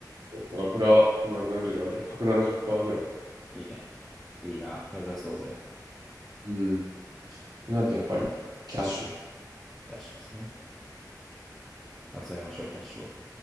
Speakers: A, on the right; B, in the centre.
A: だからプラ240とかで170%ぐらい。
B: いいね。いいな。目指そうぜ。
A: うんってなるとやっぱりキャッシュ。
B: キャッシュですね。集めましょう、キャッシュを。